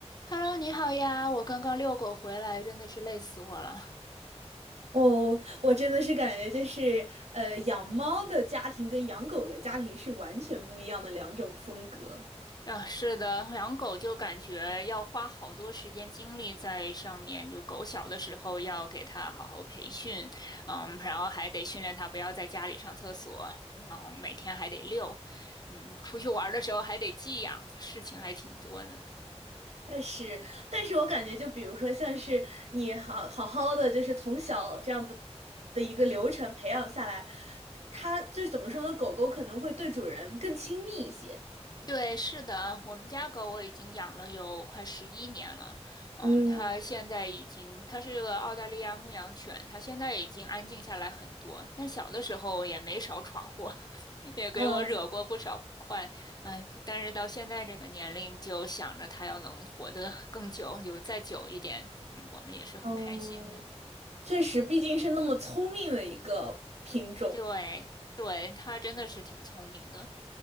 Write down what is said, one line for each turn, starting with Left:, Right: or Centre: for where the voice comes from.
Left: Hello，你好呀！我刚刚遛狗回来，真的是累死我了。<laughs>
Right: 哦，我真的是感觉就是，呃，养猫的家庭跟养狗的家庭是完全不一样的两种风格。
Left: 啊，是的，养狗就感觉要花好多时间精力在上面。就狗小的时候要给它好好培训，嗯，然后还得训练它不要在家里上厕所，然后每天还得遛，嗯，出去玩儿的时候还得寄养，事情还挺多的。
Right: 但是，但是我感觉，就比如说，像是你好好好的，就是从小这样子的一个流程培养下来，它就是怎么说呢？狗狗可能会对主人更亲密一些。
Left: 对，是的，我们家狗我已经养了有快十一年了。嗯，
Right: 嗯
Left: 它现在已经，它是个澳大利亚牧羊犬，它现在已经安静下来很多。但小的时候也没少闯祸，<laughs> 也给我惹过不少不快。
Right: 嗯
Left: 哎，但是到现在这个年龄，就想着它要能活得 <laughs> 更久，就是再久一点，嗯我们也是很开心的。
Right: 嗯，确实，毕竟是那么聪明的一个品种。
Left: 对，对，它真的是挺聪明的。